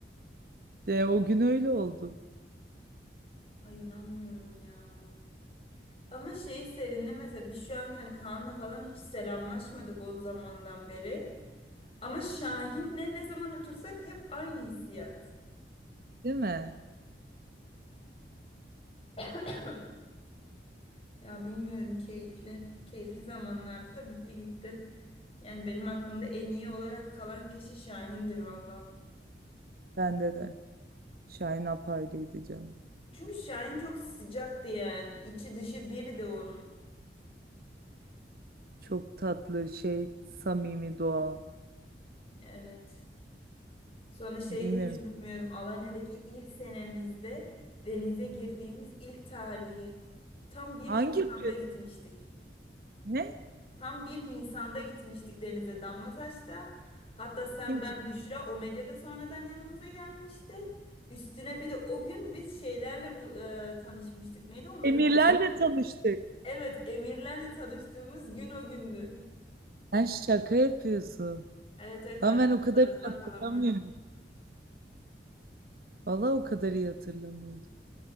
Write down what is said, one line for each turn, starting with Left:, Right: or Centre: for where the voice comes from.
Right: E, o gün öyle oldu.
Left: Ay inanmıyorum ya. Ama şey sevindim mesela biz şu an hani Kaan'la falan hiç selamlaşmadık o zamandan beri. Ama Şahin'le ne zaman otursak hep aynı hissiyat.
Right: Değil mi?
Left: <coughs> Ya bilmiyorum keyifli. Keyifli zamanlarda da bitti gitti. Yani benim aklımda en iyi olarak kalan kişi Şahin'dir valla.
Right: Bende de. Şahin apayrıydı canım.
Left: Çünkü Şahin çok sıcaktı yani. İçi dışı biri de onun.
Right: Çok tatlı şey, samimi, doğal.
Left: Evet. Sonra şeyi
Right: Bilmiyorum.
Left: hiç unutmuyorum. Alanya'daki ilk senemizde denize girdiğimiz ilk tarihi. Tam bir
Right: Hangi
Left: Nisan'da
Right: gün?
Left: gitmiştik.
Right: Ne?
Left: Tam bir Nisan'da gitmiştik denize Damlataş'ta. Hatta sen,
Right: Kim
Left: ben,
Right: kim?
Left: Büşra o medyada sonradan yanımıza gelmişti. Üstüne bir de o gün biz şeylerle bu- e, tanışmıştık. Neydi onların
Right: Emirlerle
Left: adı?
Right: tanıştık.
Left: Evet, emirlerle tanıştığımız gün o gündü.
Right: Sen şaka yapıyorsun.
Left: Evet evet
Right: Lan
Left: bende
Right: ben o
Left: fotoğraflar
Right: kadar iyi hatırlamıyorum.
Left: falan var.
Right: Valla o kadar iyi hatırlamıyordum.